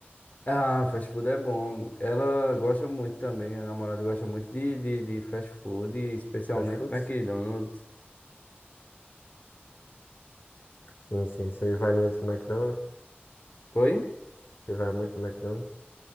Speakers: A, on the left; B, on the left.
A: Ah, fast food é bom. Ela gosta muito também, minha namorada gosta muito de, de, de fast food, especialmente
B: Fast foods?
A: McDonald's.
B: Sim, sim. Você vai muito no McDonald's?
A: Oi?
B: Você vai muito no McDonald's?